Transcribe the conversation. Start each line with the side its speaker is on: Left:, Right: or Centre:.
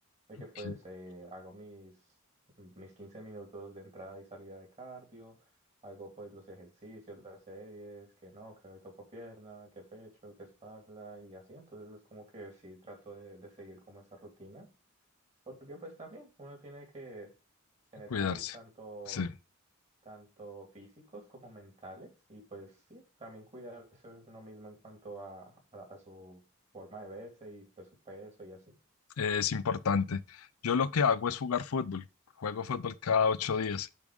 Right: de que
Left: Ok,
Right: pues eh, hago mis, mis 15 minutos de entrada y salida de cardio. Hago pues los ejercicios, las series, que no, que hoy toco pierna, que pecho, que espalda y así. Entonces es como que sí trato de, de seguir como esa rutina. Porque pues también uno tiene que tener
Left: Cuidarse.
Right: hobbies tanto,
Left: Sí,
Right: tanto físicos como mentales y pues sí, también cuidarse uno mismo en cuanto a, a, a su forma de verse y pues su peso y así.
Left: eh, es importante. Yo lo que hago es jugar fútbol. Juego fútbol cada ocho días